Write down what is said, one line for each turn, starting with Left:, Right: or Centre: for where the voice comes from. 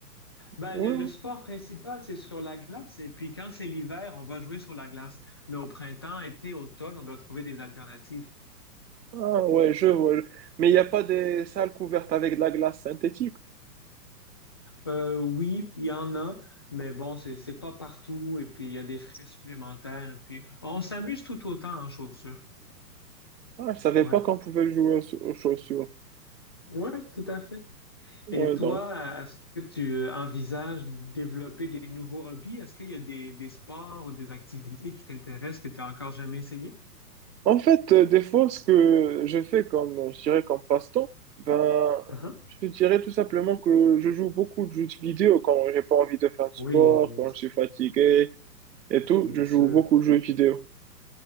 Left: ben,
Right: Ouais,
Left: le,
Right: ouais.
Left: le sport principal, c'est sur la glace. Et puis quand c'est l'hiver, on va jouer sur la glace. Mais au printemps, été, automne, on doit trouver des alternatives.
Right: Ah, ouais, je vois. je- Mais il n'y a pas des salles couvertes avec de la glace synthétique.
Left: Euh, oui, il y en a, mais bon, c'est c'est pas partout. Et puis il y a des frais supplémentaires. Et puis on s'amuse tout autant en chaussures.
Right: Ah, je savais
Left: Ouais.
Right: pas qu'on pouvait jouer aux chau- aux chaussures.
Left: Ouais, tout à fait.
Right: Ouais,
Left: Et toi,
Right: donc.
Left: est-ce que tu envisages développer des nouveaux hobbies? Est-ce qu'il y a des, des sports ou des activités qui t'intéressent que tu n'as encore jamais essayé?
Right: En fait, euh, des fois, ce que je fais comme, euh, je dirais, comme passe-temps, ben,
Left: Uh-huh.
Right: je te dirais tout simplement que je joue beaucoup de jeux de vidéo quand j'ai pas envie de faire de sport,
Left: Oui,
Right: quand je suis fatigué et tout.
Left: bien
Right: Je
Left: sûr.
Right: joue beaucoup de jeux vidéo.